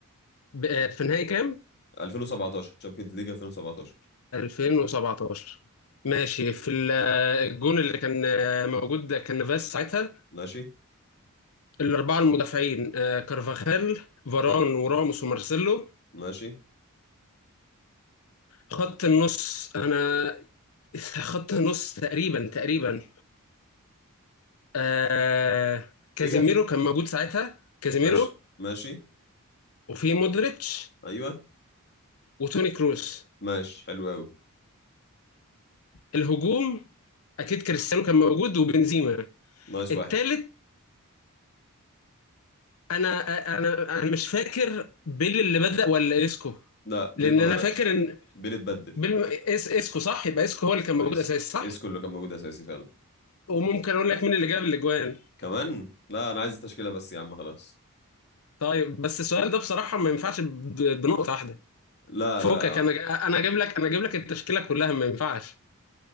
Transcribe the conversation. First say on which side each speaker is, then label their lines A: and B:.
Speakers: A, on the left; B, on the left.
A: ب- في نهائي كام
B: 2017 تشامبيونز ليج 2017
A: 2017 ماشي في ال- الجون اللي كان آه، موجود ده كان فاس ساعتها
B: ماشي
A: الاربعه المدافعين آه، كارفاخال فاران
B: ايوه
A: وراموس ومارسيلو
B: ماشي
A: خط النص انا <laughs> خط النص تقريبا تقريبا آه كازيميرو
B: كيكا في
A: كان موجود ساعتها كازيميرو
B: ماشي ماشي
A: وفي مودريتش
B: ايوه
A: وتوني كروس
B: ماشي حلو قوي
A: الهجوم اكيد كريستيانو كان موجود وبنزيما
B: نايس
A: التالت
B: واحد
A: انا انا انا مش فاكر بيل اللي بدأ ولا اسكو
B: لا بيل
A: لان
B: ما
A: انا
B: بدأش
A: فاكر ان
B: بيل اتبدل
A: بيل إس اسكو صح يبقى اسكو هو اللي
B: يبقى
A: كان موجود
B: يس
A: اساسي صح
B: يس كله كان موجود اساسي فعلا
A: وممكن اقول لك مين اللي جاب الاجوان
B: كمان لا انا عايز التشكيله بس يا عم خلاص
A: طيب بس السؤال ده بصراحة ما ينفعش ب- بنقطة واحدة
B: لا
A: فوقك
B: لا
A: انا جا- انا اجيب لك انا اجيب لك التشكيلة كلها ما ينفعش